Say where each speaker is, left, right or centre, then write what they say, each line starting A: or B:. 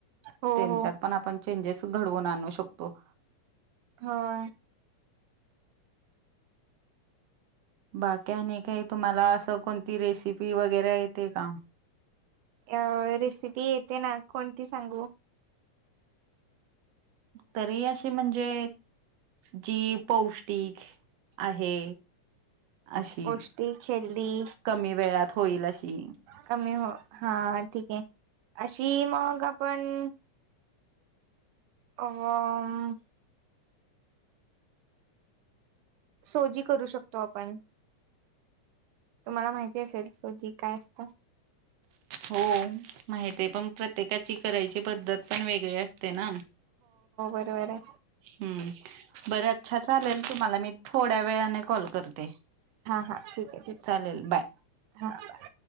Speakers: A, on the right (about 85°); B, on the right (about 60°).
A: हो
B: त्यांच्यात
A: हो
B: पण आपण चेंजेस घडवून आणू शकतो.
A: होय.
B: बाकी आणि काही तुम्हाला असं कोणती रेसिपी वगैरे येते का?
A: अ रेसिपी येते ना. कोणती सांगू?
B: तरी अशी म्हणजे, जी पौष्ट- -टीक आहे अशी.
A: पौष्टिक हेल्दी
B: कमी वेळात होईल अशी.
A: कमी हो. हा ठीक आहे. अशी मग आपण- आ म. सोजी करू शकतो आपण. तुम्हाला माहिती असेल. सो जी काय असतं?
B: हो. माहितीय - पण प्रत्येकाची करायची पद्धत पण वेगळी असते ना?
A: बरबर आहे.
B: हम्म बरं अच्छा चालेल. तुम्हाला मी थोड्या वेळाने कॉल करते.
A: हां. ठीक आहे. ठीक
B: चालेल
A: आहे
B: बाय.
A: हां.